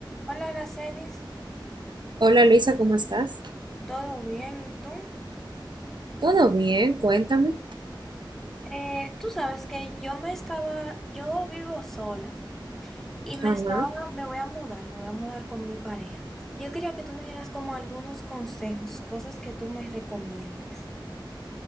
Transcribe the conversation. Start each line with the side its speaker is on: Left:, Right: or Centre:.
Centre: Hola, Aracelis,
Right: Hola Luisa, ¿cómo estás?
Centre: ¿todo bien? ¿Y tú?
Right: ¿Todo bien? Cuéntame.
Centre: Eh, tú sabes que yo me estaba, yo vivo sola y me
Right: Ajá.
Centre: estaba, me voy a mudar, me voy a mudar con mi pareja. Yo quería que tú me dieras como algunos consejos, cosas que tú me recomiendes.